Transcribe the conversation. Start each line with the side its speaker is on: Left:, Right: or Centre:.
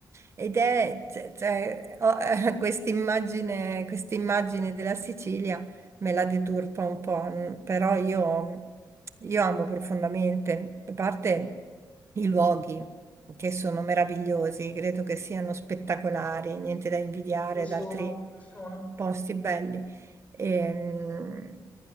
Right: Ed è cioè, cioè, ho, <laughs> eh, quest'immagine, quest'immagine della Sicilia me la deturpa un po', n- però io, io amo profondamente, a parte i luoghi che sono meravigliosi, credo che siano spettacolari, niente da invidiare
Left: lo sono,
Right: ad altri
Left: lo sono,
Right: posti belli. Ehm,